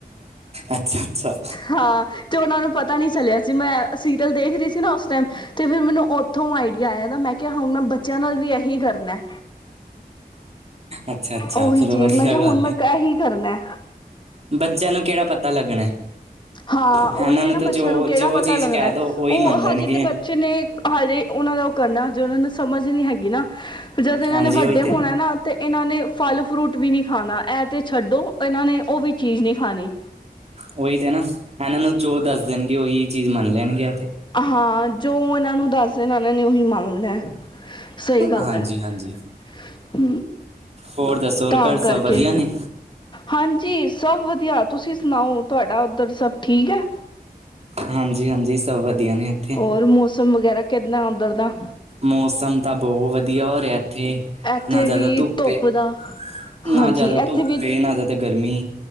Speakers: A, on the right (about 40°); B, on the left (about 30°).
A: ਅੱਛਾ ਅੱਛਾ
B: ਹਾਂ। ਤੇ ਉਹਨਾਂ ਨੂੰ ਪਤਾ ਨ੍ਹੀਂ ਚਲਿਆ ਸੀ ਮੈਂ ਸੀਰੀਅਲ ਦੇਖ ਰੀ ਸੀ ਨਾ ਉਸ ਟਾਈਮ ਤੇ ਫਿਰ ਮੈਨੂੰ ਉਥੋਂ ਆਈਡੀਆ ਆਇਆ ਦਾ ਮੈਂ ਕਿਆ ਹੁਣ ਮੈਂ ਬੱਚਿਆਂ ਨਾਲ ਵੀ ਇਹੀ ਕਰਨਾ।
A: ਅੱਛਾ ਅੱਛਾ,
B: ਉਹੀ
A: ਚਲੋ
B: ਚੀਜ਼
A: ਵਧੀਆ
B: ਮੈਂ ਕਿਹਾ
A: ਗੱਲ
B: ਹੁਣ ਮੈਂ
A: ਏ।
B: ਇਹੀ ਕਰਨਾ।
A: ਬੱਚਿਆਂ ਨੂੰ ਕਿਹੜਾ ਪਤਾ ਲੱਗਣਾ।
B: ਹਾਂ
A: ਇਹਨਾਂ
B: ਉਹੀ ਐ ਨਾ
A: ਤਾਂ
B: ਬੱਚਿਆਂ
A: ਜੋ
B: ਨੂੰ ਕਿਹੜਾ
A: ਜੋ
B: ਪਤਾ
A: ਚੀਜ਼
B: ਲੱਗਣਾ
A: ਕਹਿ ਦੋ ਉਹੀ ਮੰਨ
B: ਉਹ
A: ਲੈਣਗੇ
B: ਹਜੇ ਬ ਬੱਚੇ ਨੇ ਹਜੇ ਉਹਨਾਂ ਦਾ ਉਹ ਕਰਨਾ ਜੋੇ ਉਹਨਾਂ ਨੂੰ ਸਮਝ ਨ੍ਹੀਂ ਹੈਗੀ ਨਾ। ਜਦ ਇਹਨਾਂ
A: ਹਾਂਜੀ
B: ਨੇ ਵੱਡੇ
A: ਉਹੀ ਤੇ
B: ਹੋਣਾ ਨਾ ਤੇ ਇਹਨਾਂ ਨੇ ਫਲ-ਫਰੂਟ ਵੀ ਨ੍ਹੀ ਖਾਣਾ ਇਹ ਤੇ ਛੱਡੋ, ਇਹਨਾਂ ਨੇ ਉਹ ਵੀ ਚੀਜ਼ ਨ੍ਹੀਂ ਖਾਣੀ।
A: ਉਹੀ ਤੇ ਨਾ ਇਹਨਾਂ ਨੂੰ ਜੋ ਦੱਸ ਦੇਣਗੇ ਉਹੀ ਚੀਜ਼ ਮੰਨ ਲੈਣਗੇ ਐ ਤੇ
B: ਹਾਂ ਜੋ ਇਹਨਾਂ ਨੂੰ ਦੱਸ ਦੇਣਾ ਇਹਨਾਂ ਨੇ ਉਹੀ ਮੰਨਣਾ ਸਹੀ ਗੱਲ
A: ਹਾਂਜੀ
B: ਐ ਹਂ
A: ਹਾਂਜੀ ਹੋਰ ਦੱਸੋ ਹੋਰ
B: ਤਾਂ
A: ਘਰ
B: ਕਰਕੇ।
A: ਸਭ ਵਧੀਆ ਨੇ
B: ਹਾਂਜੀ ਸਭ ਵਧੀਆ, ਤੁਸੀਂ ਸੁਣਾਓ ਤੁਹਾਡਾ ਉੱਧਰ ਸਭ ਠੀਕ ਐ?
A: ਹਾਂਜੀ ਹਾਂਜੀ ਸਭ ਵਧੀਆ ਨੇ ਇੱਥੇ।
B: ਹੋਰ ਮੌਸਮ ਵਗੈਰਾ ਕਿੱਦਾਂ ਅੰਦਰ ਦਾ।
A: ਮੌਸਮ ਤਾਂ ਬਹੁ ਵਧੀਆ ਹੋ ਰਿਹਾ ਇੱਥੇ
B: ਇੱਥੇ
A: ਨਾ ਜ਼ਿਆਦਾ
B: ਵੀ
A: ਧੁੱਪੇ
B: ਧੁੱਪ
A: ਏ
B: ਦਾ
A: ਨਾ
B: ਹਾਂਜੀ
A: ਜ਼ਿਆਦਾ
B: ਇੱਥੇ
A: ਧੁੱਪ
B: ਵੀ
A: ਏ ਨਾ ਜ਼ਿਆਦਾ ਗਰਮੀ